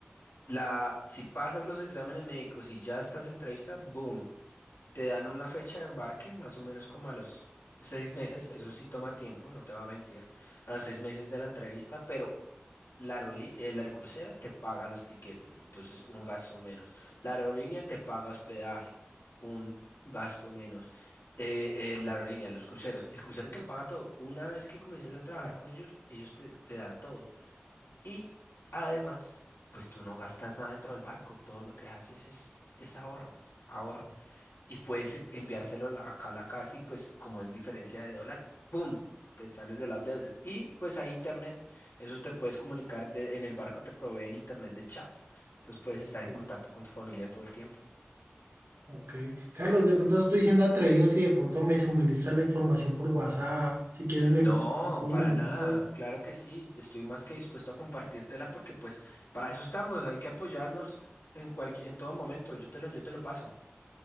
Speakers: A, on the left (about 85°); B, on the right (about 85°).
A: la, si pasas los exámenes médicos y ya estás en entrevista, boom, te dan una fecha de embarque, más o menos como a los seis meses, eso sí toma tiempo, no te va a mentir, a los seis meses de la entrevista, pero la aerolí- el, el crucero te paga los tiquetes, entonces un gasto menos. La aerolínea te paga hospedaje, un gasto menos. Eh, eh, la aerolínea, los cruceros, el crucero te lo paga todo. Una vez que comiences a trabajar con ellos, ellos te, te dan todo. Y además, pues tú no gastas nada dentro del barco, todo lo que haces es, es ahorro, ahorro y puedes e- enviárselo la- acá a la casa y pues como es diferencia de dólar, ¡boom! Te sales de las deudas. Y pues hay internet, eso te puedes comunicar, de- en el barco te proveen internet de chat, entonces puedes estar en
B: ok.
A: contacto con tu familia todo el tiempo.
B: Ok. Carlos, de pronto estoy siendo atrevido si de pronto me suministra la información por WhatsApp. Si quieres, me,
A: No,
B: me puedes
A: para
B: mandar
A: nada,
B: todo.
A: claro que sí, estoy más que dispuesto a compartírtela porque pues para eso estamos, hay que apoyarnos en cualquier, en todo momento, yo te lo, yo te lo paso.